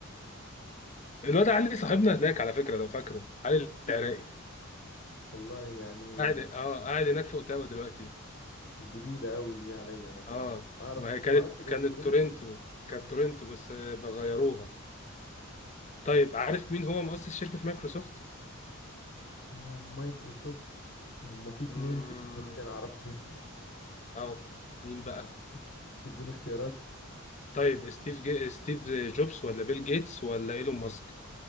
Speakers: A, on the left (about 35°); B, on the left (about 50°).
A: <laughs> الواد علي صاحبنا هناك على فكره لو فاكره علي العراقي
B: والله يعني
A: قاعد اه قاعد هناك في اوتاوا دلوقتي
B: جديدة أوي دي عليا أنا
A: اه
B: أعرفش
A: ما هي كانت
B: ما أعرفش غير
A: كانت
B: تورنتو
A: تورنتو كانت
B: آه.
A: تورنتو بس آه، بغيروها طيب عارف مين هو مؤسس شركه مايكروسوفت؟
B: آه مايكروسوفت هما في اتنين
A: مم،
B: في التكنولوجيا أنا أعرفهم
A: اه
B: <laughs>
A: مين بقى؟
B: آه ممكن تديني اختيارات
A: طيب ستيف جي... ستيف جوبز ولا بيل جيتس ولا ايلون ماسك